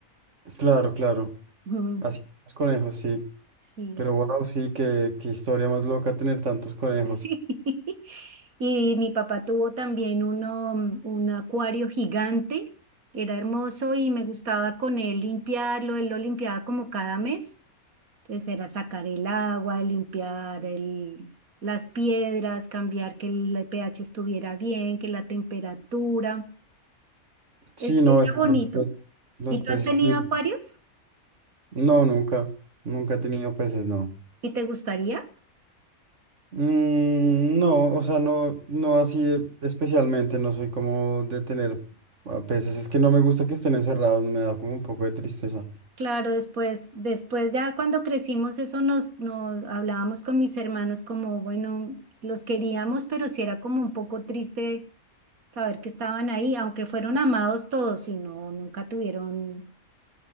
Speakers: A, on the right (about 55°); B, on the right (about 75°).
A: claro, claro.
B: Mm,
A: Así son los conejos, sí.
B: Sí,
A: Pero wow, sí, qué, qué historia más loca tener tantos conejos.
B: <laughs> sí. Y mi papá tuvo también uno, mm, un acuario gigante, era hermoso y me gustaba con él limpiarlo, él lo limpiaba como cada mes. Entonces era sacar el agua, limpiar el, las piedras, cambiar que el pH estuviera bien, que la temperatura.
A: Sí,
B: Es,
A: no,
B: era
A: es-
B: bonito.
A: los, pe- los
B: ¿Y
A: peces
B: tú has tenido
A: también.
B: acuarios?
A: No, nunca. Nunca he tenido peces, no.
B: ¿Y te gustaría?
A: Mm, no, o sea, no, no así especialmente, no soy como de tener a peces. Es que no me gusta que estén encerrados, me da como un poco de tristeza.
B: Claro, después, después ya cuando crecimos, eso nos, nos hablábamos con mis hermanos como, bueno, los queríamos, pero sí era como un poco triste saber que estaban ahí, aunque fueron amados todos y no, nunca tuvieron,